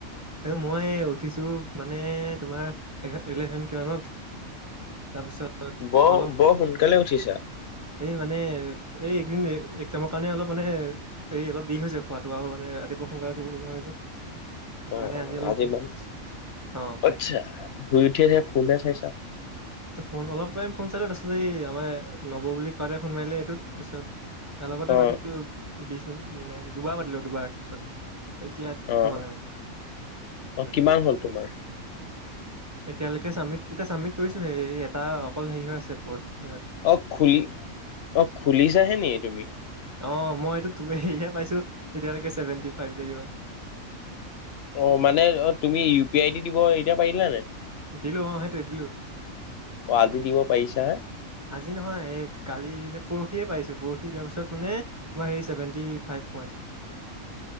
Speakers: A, on the right (about 20°); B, on the left (about 60°).
A: মই উঠিছো মানে তোমাৰ এঘা ইলেভেন কিমানত। তাৰপিছত
B: বৰ
A: অলপ।
B: বৰ সোনকালে উঠিছা
A: এই মানে এই একদিন এক্সজামৰ কাৰণে অলপ মানে। এই অলপ দেৰি হৈ হৈছোয় খোৱাাতটো আৰু মানে ৰাতিপুৱা সোনকালে উঠিবলগীয়া হৈ যে। সেইটো
B: অ
A: কাৰণে
B: অ
A: অলপ
B: আজি
A: দেৰি
B: মমান
A: অ
B: আচ্ছা শুই উঠি আছে ফোনে চাইছা।
A: ত ফোন অলপ টাইম ফোন চালে তাসত। এই আমাৰ নব বুলি কোৱাতে ফোন মাৰিলে এইটোত তাৰপিছত তাৰ লগতে
B: অ
A: পাতিলো বিশ। নাই দুবাৰ পাতিলো দুবাৰ তাৰপিছত এতিয়া
B: অ
A: তোমালৈ মাৰিছো। তেনেকুৱা
B: অ কিমান হ'ল তোমাৰ।
A: এতিয়ালৈকে চাবমিট এতিয়া চাবমিট কৰিছো হেই এটা অকল হেৰি হৈ আছে পষ্ট।
B: আহ খুলি অ খুলিছাহে নেকি তুমি?
A: অ মই এইটোহে সেই পাইছো এতিয়ালৈকে চেভেনটি ফাইভ নে কিবা।
B: অ মানে অ তুমি ইউ পি আই দি দিব এতিয়া পাৰিলা নাই।
A: দিলো অ সেইটোৱে দিলো।
B: অ আজি দিব পাৰিছা হে?
A: আজি নহয় এই কালি। পৰহিয়ে পাইছো পৰহি যাৰ পিছত মানে তোমাৰ হেৰি চছেভেণ্টি ফাইভ সোমাইছে। <inaudible>